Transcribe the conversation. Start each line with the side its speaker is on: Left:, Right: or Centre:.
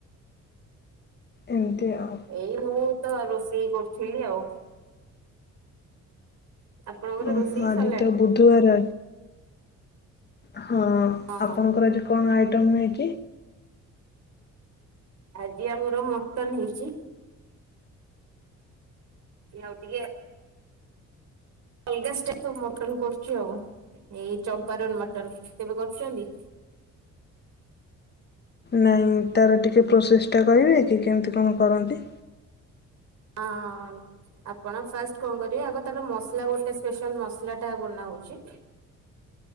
Left: ଏମିତି ଆଉ।
Right: ଏଇ ମୁଁ ତ ରୋଷେଇ କରୁଥିଲି ଆଉ। ଆପଣଙ୍କର
Left: ଓହୋ
Right: ରୋଷେଇ
Left: ଆଜି
Right: ସରିଲାଣି?
Left: ତ ବୁଧବାର ହଁ
Right: ହଁ
Left: ଆପଣଙ୍କର ଆଜି କଣ ଆଇଟମ ହେଇଛି?
Right: ଆଜି ଆମର ମଟନ ହେଇଛି। ଇଏ ଆଉ ଟିକେ ଅଲଗା ସାଟାଇଲ ରେ ମଟନ କରୁଛି ଆଉ ଏଇ ଚମ୍ପାରନ୍ ମଟନ କେବେ କରିଛନ୍ତି।
Left: ନାଇଁ ତାର ଟିକେ ପ୍ରୋସେସ ଟା କହିବେ କି କେମିତି କଣ କରନ୍ତି।
Right: ଆଁ ଆପଣ ଫାଷ୍ଟ କଣ କରିବେ ଆଗ ତାର ମସଲା ଗୋଟେ ସ୍ପେଶାଲ ମସଲା ଟା ବନା ହଉଛି